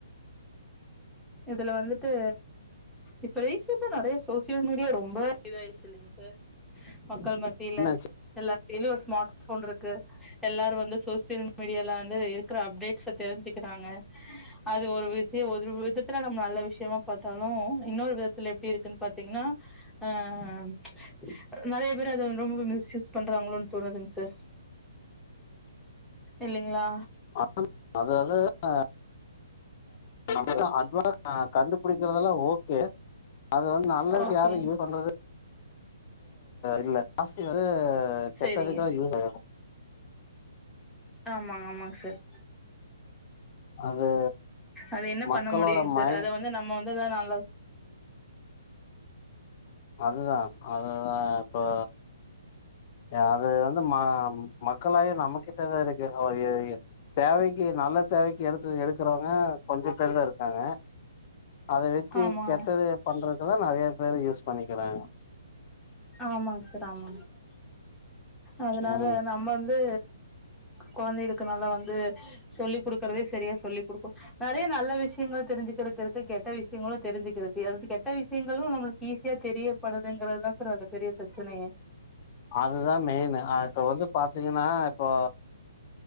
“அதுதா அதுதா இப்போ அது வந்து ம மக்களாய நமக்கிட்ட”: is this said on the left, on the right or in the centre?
Left